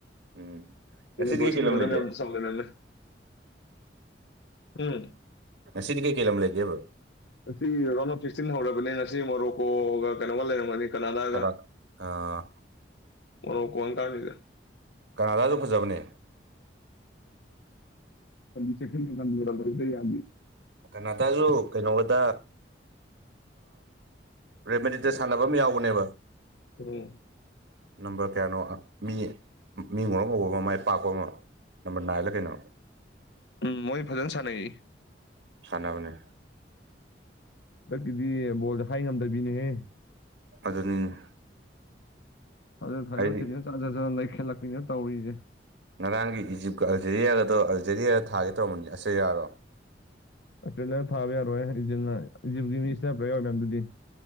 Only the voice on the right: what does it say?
ꯎꯝ ꯉꯁꯤꯗꯤ
ꯀꯩꯀꯩ ꯂꯝ ꯂꯩꯒꯦ
ꯁꯤꯗꯤ ꯀꯩꯀꯩ ꯂꯝꯂꯝ ꯂꯩꯒꯦꯕ
ꯀꯅꯥ ꯑꯥ
ꯀꯅꯥꯗꯥꯁꯨ ꯐꯖꯕꯅꯦ
ꯀꯅꯥꯇꯂꯨ ꯀꯩꯅꯣꯗ ꯔꯦꯃꯦꯗꯤꯗ ꯁꯥꯟꯅꯕ ꯑꯃ ꯌꯥꯎꯕꯅꯦꯕ
ꯅꯝꯕꯔ ꯀꯌꯥꯅꯣ ꯃꯤ ꯃꯤ ꯃꯣꯛ ꯎꯧꯕ ꯑꯃ ꯃꯥꯏ ꯄꯥꯛꯄ ꯑꯃ ꯅꯝꯕꯔ ꯅꯥꯏꯜꯂ ꯀꯩꯅꯣ
ꯁꯥꯟꯕꯨꯅꯦ
ꯑꯗꯨꯅꯤꯅꯦ
ꯑꯩꯗꯤ
ꯉꯔꯥꯡꯒꯤ ꯏꯖꯤꯞꯀ ꯑꯜꯖꯦꯔꯤꯌꯥꯒꯗꯣ ꯑꯜꯖꯦꯔꯤꯌꯥꯗ ꯊꯥꯒꯦ ꯇꯧꯔꯕꯝꯕꯅꯤ ꯑꯁ ꯌꯥꯔꯣ